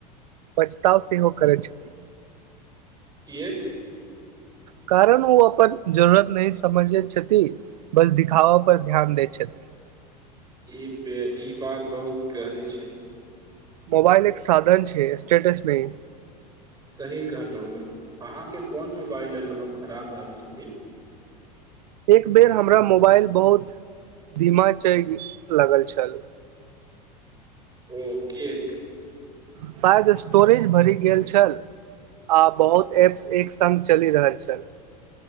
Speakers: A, on the right; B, on the right.
A: पछताव सेहो करैत छथिन
B: केक
A: कारण ओ अपन जरूरत नहि समझै छथि बस दिखावा पर ध्यान दैत छथि
B: ई ई बात बहुत गहरी छै
A: मोबाइल एक साधन छै स्टेटस नहि
B: सही कहलहुँ अहाँके कोन मोबाइल लेने रहहु खराब रहल छथिन
A: एक बेर हमरा मोबाइल बहुत धीमा चलि लागल छल
B: ओ की एक
A: शायद स्टोरेज भरि गेल छल आ बहुत एप्स एक संग चलि रहल छल